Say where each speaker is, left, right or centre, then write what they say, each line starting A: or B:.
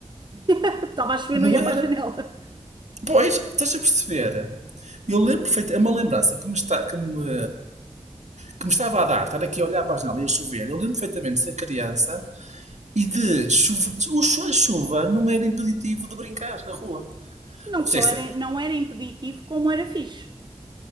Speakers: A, on the right; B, on the right.
A: <laughs> Estava a chover,
B: Não
A: não ia
B: era.
A: para a janela.
B: Pois, estás a perceber? Eu lembro perfeitamente, é uma lembrança que me, está, que, me, que me estava a dar, estar aqui a olhar para a janela e a chover. Eu lembro perfeitamente de ser criança e de chuva. o chu- A chuva não era impeditivo de brincar na rua.
A: Não
B: Não
A: só
B: sei se
A: era, não era impeditivo, como era fixe.